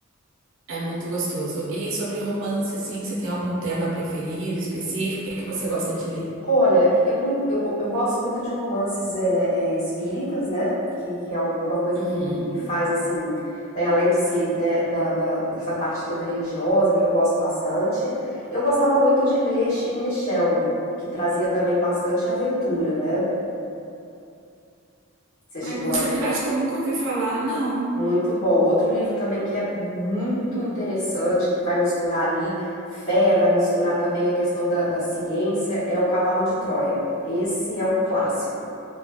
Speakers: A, on the right; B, on the left.
A: É muito gostoso. E sobre romance, assim, você tem algum tema preferido, específico? O que é que você gosta de ler?
B: Olha, eu, não- eu, eu gosto muito de romances é, é, espíritas, né? Que, que é alguma coisa
A: Uhum.
B: que me, me faz assim, né? Além de ser, né, da, da- dessa parte toda religiosa, que eu gosto bastante. Eu gostava muito de ler Sidney Sheldon, que trazia também bastante aventura, né? Você chegou
A: Ai, com
B: a
A: certeza.
B: ler?
A: Acho que eu nunca ouvi falar, não.
B: Muito bom. Outro livro também que é muito interessante, que vai misturar ali fé, vai misturar também a questão da, da ciência, é O Cavalo de Troia. Esse é um clássico.